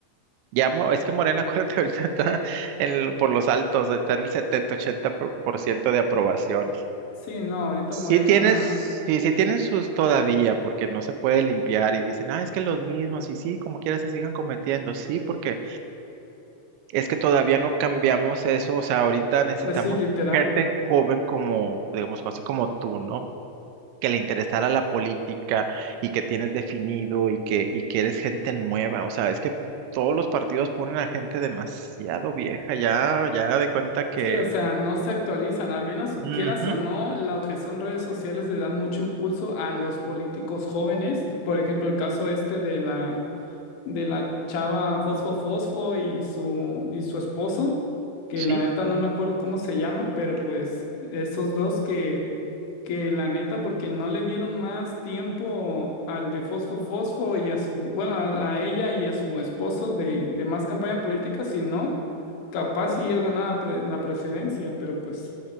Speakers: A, on the right (about 85°); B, on the left (about 85°).
A: Ya, Mo- es que Morena, <laughs> acuérdate, ahorita está en el- por los altos, está en el 70 80 por por ciento de aprobación.
B: sí, no, ahorita
A: Sí
B: Morena,
A: tienes, sí, sí tienen sus todavía, porque no se puede limpiar y dicen, ah, es que los mismos, y sí, como quieras se sigan cometiendo, sí, porque es que todavía no cambiamos eso, o sea, ahorita necesitamos
B: pues sí, literal.
A: gente joven como, digamos, así como tú, ¿no? que le interesara la política y que tienes definido y que, y que eres gente nueva. O sea, es que todos los partidos ponen a gente demasiado vieja, ya, ya de cuenta que...
B: Sí, o sea, no se actualizan, al menos
A: Ujú,
B: quieras o no, lo que son redes sociales le dan mucho impulso a los políticos jóvenes, por ejemplo, el caso este de la de la chava Fosfo Fosfo y su, y su esposo, que
A: sí,
B: la neta no me acuerdo cómo se llaman, pero pues esos dos que, que la neta, porque no le dieron más tiempo al de Fosfo Fosfo y a su, bueno, a, a ella y a su esposo de, de más campaña política, si no, capaz si él ganaba pre- la presidencia, pero pues